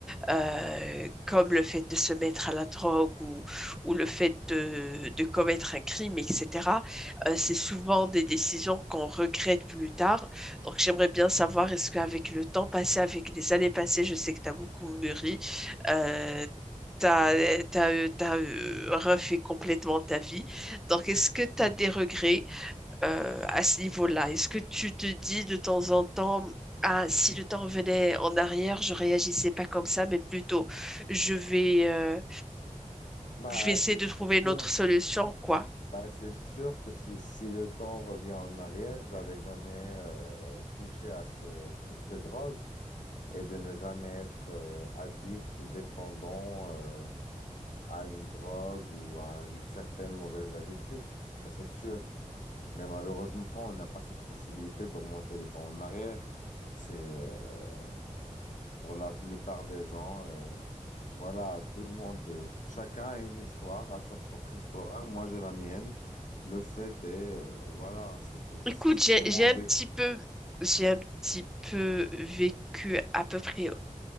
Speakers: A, in the centre; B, on the left.
A: euh, comme le fait de se mettre à la drogue ou, ou le fait de, de commettre un crime, etc., euh, c'est souvent des décisions qu'on regrette plus tard. Donc j'aimerais bien savoir, est-ce qu'avec le temps passé, avec les années passées, je sais que tu as beaucoup mûri, euh, t'as, t'as, euh, t'as, euh, refait complètement ta vie. Donc, est-ce que tu as des regrets euh, à ce niveau-là? Est-ce que tu te dis de temps en temps, ah, si le temps revenait en arrière, je réagissais pas comme ça, mais plutôt, je vais, euh,
B: Bah,
A: je vais essayer
B: c'est
A: de trouver une
B: sûr.
A: autre solution, quoi.
B: Bah, c'est sûr que si, si le temps revient en arrière, j'allais jamais euh, toucher à ce- toutes ces drogues et de ne jamais être euh, addict ou dépendant euh, à une drogue ou à une certaine mauvaise habitude. Ça, c'est sûr. Mais malheureusement, on n'a pas cette possibilité de remonter le temps en arrière. C'est euh, pour la plupart des gens, euh, voilà, tout le monde, euh, chacun a une histoire, a sa propre histoire. Moi, j'ai la mienne. Le fait est, euh, voilà, c'est que c'est
A: Écoute, j'ai,
B: mon
A: j'ai un
B: vécu.
A: petit peu, j'ai un petit peu vécu à peu près